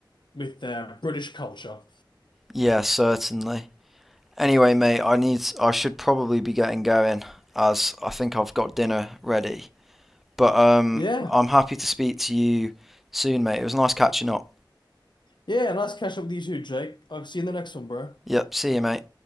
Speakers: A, on the left; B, in the centre.
A: with their British culture.
B: Yeah, certainly. Anyway, mate, I need I should probably be getting going as I think I've got dinner ready. But um,
A: Yeah,
B: I'm happy to speak to you soon, mate. It was nice catching up.
A: yeah. Nice catch up with you too, Jake. I'll see you in the next one, bro.
B: Yep, see you, mate.